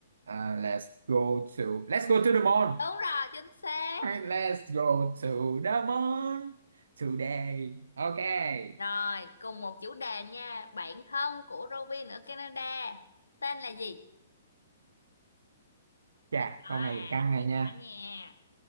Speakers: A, on the right; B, on the left.
A: à, let's go to let's go to the moon
B: Đúng rồi, chính xác.
A: let's go to the moon today ok
B: Rồi, cùng một chủ đề nha. Bạn thân của Robin ở Canada tên là gì?
A: chà
B: Hơi khó
A: câu
B: à,
A: này căng này
B: hơi
A: nha
B: khó nha.